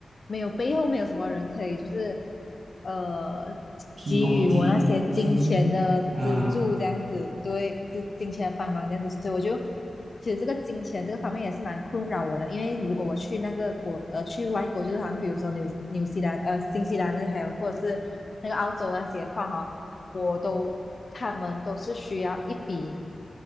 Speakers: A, on the left; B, on the right.
A: 没有背后没有什么人可以就是呃给予我那些金钱的资助这样子，
B: 提供金金啊，
A: 对，是金钱的帮忙这样子，所以我就其实这个金钱这个方面也是蛮困扰我的，因为如果我去那个国呃去外国，就是好像比如说纽纽西兰呃新西兰那还有或者是那个澳洲那些的话哈，我都他们都是需要一笔。